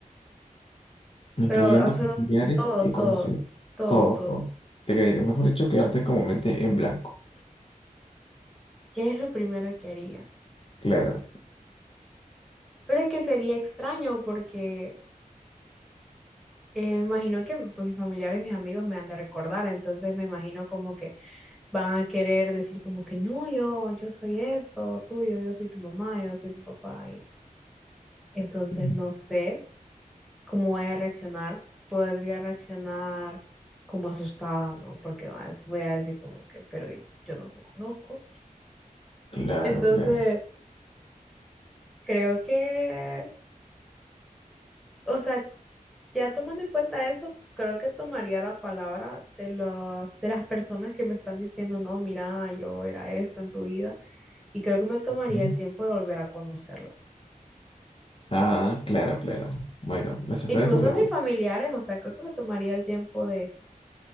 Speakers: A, on the left (about 40°); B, in the centre.
A: incluyendo
B: pero absolutamente
A: familiares
B: todo,
A: y
B: todo,
A: conocidos.
B: todo,
A: Todo,
B: todo.
A: todo. Te quedé- mejor dicho, quedarte como mente en blanco.
B: ¿Qué es lo primero que haría?
A: Claro,
B: Pero es que sería extraño porque eh, imagino que pues, mis familiares, mis amigos me han de recordar, entonces me imagino como que van a querer decir como que no, yo, yo soy eso, tuyo, yo soy tu mamá, yo soy tu papá. Y entonces
A: Mm.
B: no sé. cómo voy a reaccionar, podría reaccionar como asustada, ¿no? Porque va a dec- voy a decir como que, pero y- yo no te conozco.
A: claro,
B: Entonces,
A: claro.
B: creo que, o sea, ya tomando en cuenta eso, creo que tomaría la palabra de, la- de las personas que me están diciendo, no, mira, yo era esto en tu vida, y creo que me tomaría
A: Mm.
B: el tiempo de volver a conocerla.
A: Ah, claro, claro. Bueno, me sorprende
B: Incluso
A: tu pregunta.
B: a mis familiares, o sea, creo que me tomaría el tiempo de